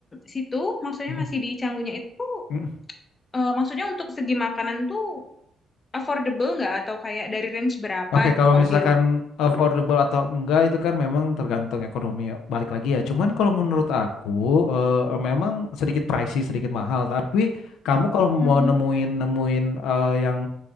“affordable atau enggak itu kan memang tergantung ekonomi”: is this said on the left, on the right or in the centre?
Left